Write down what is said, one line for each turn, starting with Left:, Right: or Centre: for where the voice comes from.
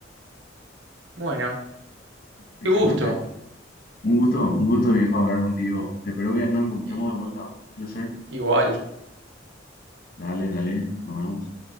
Right: bueno,
Left: Excelente.
Right: qué gusto.
Left: Un gusto, un gusto, viejo, hablar contigo. Espero que nos encontremos
Right: Eh,
Left: de vuelta. Un placer.
Right: Igual.
Left: Dale, dale, nos vemos.